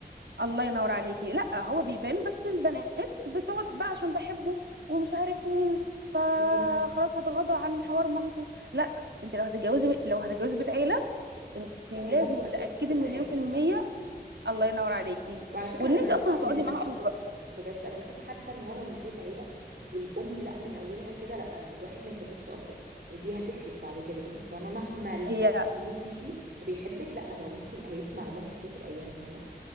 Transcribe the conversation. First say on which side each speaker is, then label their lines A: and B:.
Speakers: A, on the right; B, on the right.
A: الله ينور عليكي لا هو
B: اصل
A: بيبان بس البنات بتقعد بقى عشان بحبه ومش عارف مين فخلاص
B: امم
A: هتغاضى عن حوار مامته لا انت لو هتتجوزي لو هتتجوزي بيت عيله انت لازم
B: لا هي مامته
A: تتاكدي
B: اساس كل
A: مليون
B: حاجة
A: في المية الله ينور عليكي
B: وعلى فكرة
A: وان
B: انا بشوف
A: انت اصلا هتقعدي
B: ان بن...
A: معاها قريب بقى
B: بجد انا بشوف حتى ان هو لو مش بيت عيلة والام لا من اولها كده لا الواحد ما يكملش افضل يعني دي هتخرب بعد كده يعني فاهمة مهما الشخص
A: هي
B: بيموت فيكي وبيحبك لا هو ممكن هيسمع لمامته في يوم من الايام فاهمة